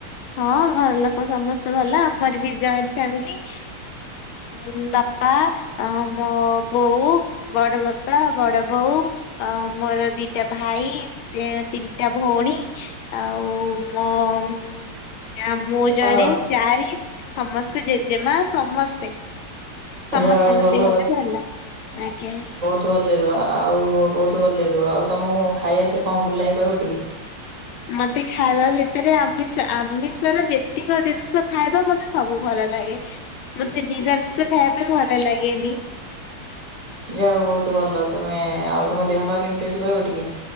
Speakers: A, on the left; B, on the right.
A: ହଁ ଘର ଲୋକ ସମେସ୍ତେ ଭଲ। ଆମର ବି ଜଏଣ୍ଟ ଫ୍ୟାମିଲି। ମୁଁ ବାପା ଆଉ ମୋ ବୋଉ। ବଡବାପା, ବଡବୋଉ, ଆଉ ମୋର ଦିଟା ଭାଇ। ତି ତିନିଟା ଭଉଣୀ ଆଉ ମୋ ଉଁ ଆ ମୁଁ ଜଣେ
B: ଆଉ
A: ଚାରି ସମସ୍ତେ ଜେଜେମା ସମସ୍ତେ ସମସ୍ତଙ୍କ
B: ଯାହା ହଉ ଭଲ
A: ଦେହ ବି ଭଲ ଆଜ୍ଞା।
B: ଭଲେ ରୁଅ ଆଉ ବୋହୁତ ଭଲରେ ରୁଅ ଆଉ ତମୁକୁ ଖାଇବା ଭିତେରେ କଣ ଭଲ ଲାଗେ କହିବ ଟିକେ?
A: ମତେ ଖାଇବା ଭିତେରେ ଆମିଷ, ଆମିଷର ଯେତିକ ଜିନିଷ ଖାଇବା ମତେ ସବୁ ଭଲ ଲାଗେ। ମତେ ନିରାମିଷ ଖାଇବା ପାଇଁ ଭଲ ଲାଗେନି।
B: ଯାହା ହଉ ବହୁତ ଭଲ ତମେ, ଆଉ ତମ ଦେହ ପା କେମିତି ଅଛି କହିବ ଟିକେ?